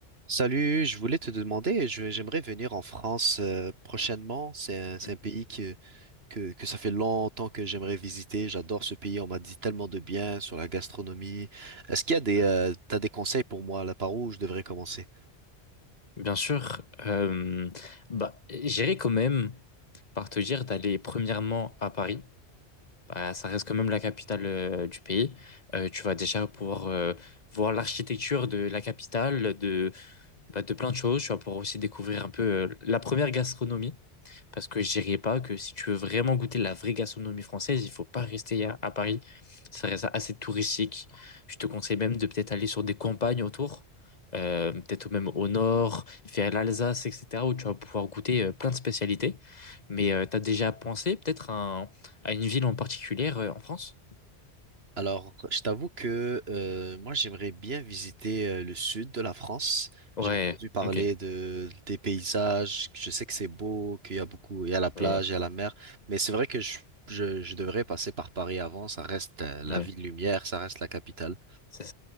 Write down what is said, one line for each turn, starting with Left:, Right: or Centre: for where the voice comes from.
Right: Salut, je voulais te demander, je- j'aimerais venir en France euh, prochainement. C'est un, c'est
Left: Mmh,
Right: un pays que, que, que ça fait longtemps que j'aimerais visiter. J'adore ce pays, on m'a dit tellement de bien sur la gastronomie. Est-ce qu'il y a des,
Left: Ouais.
Right: euh, t'as des conseils pour moi là, par où je devrais commencer?
Left: Bien sûr, euh, bah, j'irai quand même par te dire d'aller premièrement à Paris. Bah, ça reste quand même la capitale euh, du pays. Euh, tu vas déjà pouvoir euh, voir l'architecture de la capitale, de bah, de plein de choses. Tu vas pouvoir aussi découvrir un peu euh, la première gastronomie. Parce que je dirais pas que si tu veux vraiment goûter la vraie gastronomie française, il faut pas rester à, à Paris. Ça reste assez touristique. Je te conseille même de peut-être aller sur des campagnes autour, euh, peut-être même au nord, vers l'Alsace, etc., où tu vas pouvoir goûter euh, plein de spécialités. Mais euh, t'as déjà pensé peut-être à, un- à une ville en particulier euh, en France?
Right: Alors, je t'avoue que euh, moi, j'aimerais bien visiter euh, le sud de la France.
Left: Ouais,
Right: J'ai entendu parler
Left: ok.
Right: de des paysages. Je sais que c'est beau, qu'il y a beaucoup, il y a la plage,
Left: Oui, ouais.
Right: il y a la mer. Mais c'est vrai que je, je, je devrais passer par Paris avant. Ça reste euh,
Left: Bah,
Right: la ville lumière, ça reste la capitale.
Left: C'est